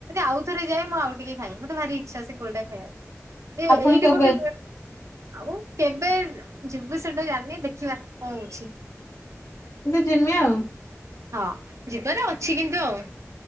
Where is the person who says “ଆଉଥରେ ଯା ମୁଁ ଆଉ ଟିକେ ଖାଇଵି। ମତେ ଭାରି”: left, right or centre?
Right